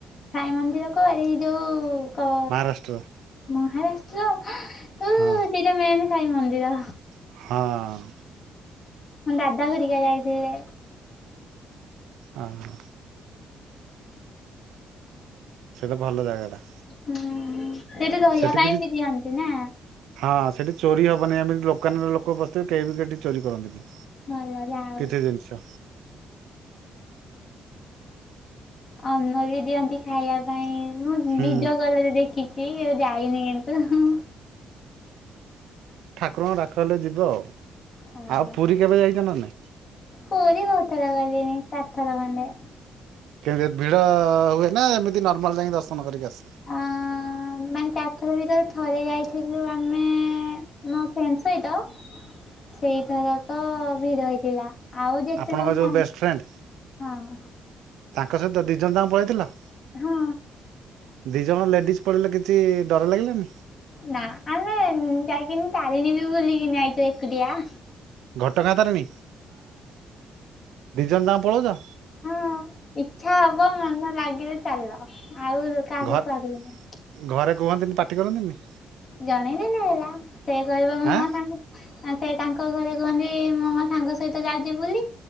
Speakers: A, on the left; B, on the right.
A: ସାଇ ମନ୍ଦିର କୁଆଡେ? ଏ ଯୋଉ କ
B: ମହାରାଷ୍ଟ୍ର।
A: ମହାରାଷ୍ଟ୍ର ହେଁ
B: ହଁ।
A: ସେଇଟା ମେନ୍ ସାଇ ମନ୍ଦିର।
B: ହଁ।
A: ମୋ ଦାଦା ହେରିକା ଯାଇଥିଲେ।
B: ଅ- ହ। ସିଏ ତ ଭଲ ଜାଗାଟା।
A: ହୁଁ ସେଇଟି ରହିଆ
B: ସେଠି
A: ପାଇଁ
B: କିଛି
A: ବି ଦିଅନ୍ତି ନା?
B: ହଁ ସେଠି ଚୋରି ହବନି, ଏମିତି ବି ଦୋକାନରେ ଲୋକ ବସିଥିବେ କେହି ବି ସେଠି ଚୋରି କରନ୍ତିନି।
A: <unintelligible> ଆଉ
B: କିଛି ଜିନିଷ।
A: ଅନ୍ନ ବି ଦିଅନ୍ତି ଖାଇଆ ପାଇଁ, ମୁଁ
B: ହୁଁ
A: ଭିଡିଓ କଲ୍ ରେ ଦେଖି ଚି କେବେ ଯାଇନି କିନ୍ତୁ।
B: ଠାକୁରଙ୍କ ଡାକ ହେଲେ ଯିବ ଆଉ,
A: ହଁ।
B: ଆଉ ପୁରୀ କେବେ ଯାଇଚ ନା ନାଇଁ?
A: ପୁରୀ ବହୁଥର ଗଲିଣି, ଚାରିଥର ଖଣ୍ଡେ।
B: କେମିତି ଭିଡ ହୁଏ ନା? ଏମିତି ନର୍ମାଲ ଯାଇକି ଦର୍ଶନ କରିକି ଆସ।
A: ଅଁ ମାନେ ଚାରିଥର ଭିତରେ ଥରେ ଯାଇଥିଲୁ, ଆମେ ମୋ ଫ୍ରେଣ୍ଡ ସହିତ ସେଇଥରକ ଭିଡ ହେଇଥିଲା, ଆଉ ଯେତେ
B: ଆପଣଙ୍କ
A: ତ
B: ଯୋଉ
A: ଯା
B: ବେଷ୍ଟ ଫ୍ରେଣ୍ଡ
A: ହଁ
B: ତାଙ୍କ ସହିତ ଦିଜଣ ଯାଙ୍କ ପଳେଇଥିଲ?
A: ହଁ।
B: ଦି ଜଣ ଲେଡ଼ିଜ୍ ପଳେଇଲ, କିଛି ଡର ଲାଗିଲାନି?
A: ନା ଆମେ ଯାଇକିନି ତାରିଣୀ ବି ବୁଲିକିନି ଆଇଚୁ ଏକୁଟିଆ।
B: ଘଟଗାଁ ତାରେଣୀ ଦି ଜଣ ଯାଙ୍କ ପଳଉଚ?
A: ହଁ ଇଚ୍ଛା ହବ ମନ ଲାଗିଲେ ଚାଲ, ଆଉ କାହାକୁୁ
B: ଘରେ
A: କୁହା କୁହି ନାହିଁ।
B: ଘରେ କୁହନ୍ତିନି, ପାଟି କରନ୍ତିନି?
A: ଜଣେଇ ଦେଲେ ହେଲା, ସେ କହିବ ମୁଁ
B: ଆଁ
A: ମୋ ସାଙ୍ଗ ଆ ସେ ତାଙ୍କ ଘରେ କୁହନ୍ତି, ମୁଁ ମୋ ସାଙ୍ଗ ସହିତ ଯାଉଚି ବୁଲି।